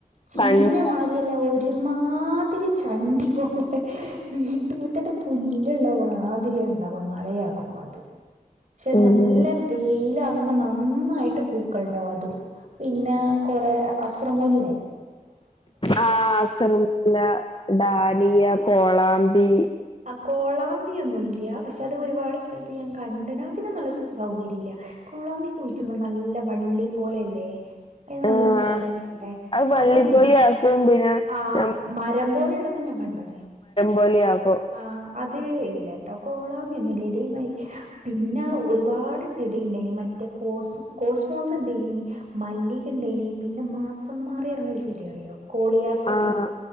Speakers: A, on the right; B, on the left.
A: ചീഞ്ഞ
B: കണ്ട്
A: മാരിയലേ ഒരുമാ മാതിരി ചണ്ടി പോലെ വീട്ടുമുറ്റത്ത് പുല്ലുള്ള മാതിരിയാണ്. അവ മഴയാകുമ്പത്ത്. പക്ഷെ
B: ഉം
A: നല്ല വെയിലാകുമ്പോ നന്നായി ഇട്ട് പൂക്കളിയുണ്ടാവോ അതോ പിന്നെ കൊറെ അസർമ്മുല്ലേ.
B: ആഹ് അസർമുല്ല ഡാലിയ കോളാ ബി
A: ആഹ് കോളാമ്പിയൊന്നുല്യ, പക്ഷെ അത് ഒരുപാട് സ്ഥലത്ത് ഞാൻ കണ്ടണ് അതിന് നല്ല സൗകര്യം ഇല്ല, കോളാമ്പി കുഴിച്ചുടുമ്പോ നല്ല വള്ളി പോലെയല്ലേ. അയിന് നല്ല
B: ആഹ്
A: സ്ഥലം വേണ്ടേ
B: അത് വള്ളിപോലെ
A: അതൊന്നും.
B: ആക്കും പിന്നെ
A: ആഹ്
B: നം
A: മരം പോലുള്ളത് ഞാൻ കണ്ടണ്.
B: പോലെയാവും.
A: ആഹ് അത് ഇല്ലകേട്ടോ കോളാബിയൊന്നില്ലേ. ഇതേമാരി പിന്നെ ഒരുപാട് ചെടി ഇണ്ടേന് മറ്റേ കോസ് കോസ്മോസ് ഇണ്ടേന്, മല്ലിക ഇണ്ടേന്, പിന്നെ മാസം മാറിറന്നോരു ചെടിയറിയോ? കോളിയാസറിസ്
B: ആഹ്